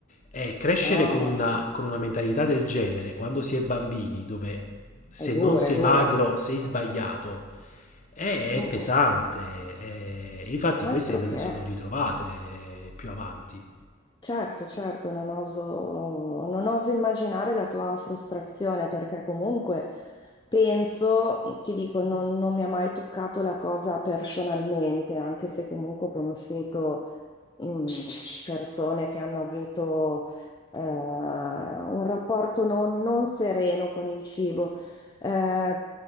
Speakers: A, on the left; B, on the left.
A: E crescere
B: oh
A: con
B: mamma,
A: una, con una mentalità del genere quando si è bambini, dove se
B: è dura,
A: non sei
B: è dura.
A: magro sei sbagliato è,
B: Mm,
A: è pesante,
B: mm.
A: è- infatti
B: Altro
A: queste me
B: che,
A: le sono ritrovate eh, più avanti.
B: certo, certo, non oso, non oso immaginare la tua frustrazione perché comunque penso, mhmm, ti dico, non, non mi ha mai toccato la cosa personalmente, anche se comunque ho conosciuto mm, persone che hanno avuto eh, un rapporto non, non sereno con il cibo. Eh,